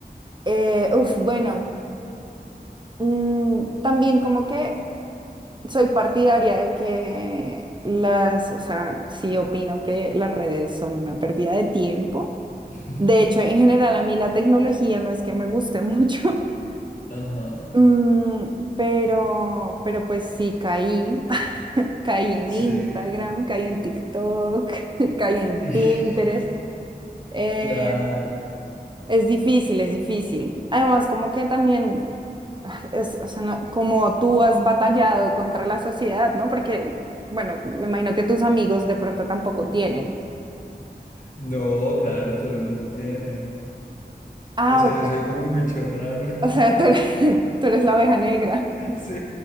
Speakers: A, on the right (about 30°); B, on the left (about 50°).
A: Eh, uf, bueno, mm, también como que soy partidaria de que las, o sea, sí opino que las redes son una pérdida de tiempo.
B: <laughs>
A: De hecho, en general a mí la tecnología no es que me guste mucho,
B: Ajá.
A: <laughs> mm, pero, pero pues sí caí. <laughs> Caí en
B: Sí.
A: Instagram, caí en TikTok, <laughs> caí en
B: <laughs>
A: Pinterest. eh,
B: Claro.
A: Es difícil, es difícil. Además, como que también, ah, es, o sea, no- como tú has batallado contra la sociedad, ¿no? Porque, bueno, me imagino que tus amigos de pronto tampoco tienen.
B: No, claro, todo el mundo tiene.
A: Ah,
B: O sea,
A: ok.
B: yo soy como un bicho raro. <laughs>
A: O sea, tú eres, <laughs> tú eres la oveja negra.
B: Sí.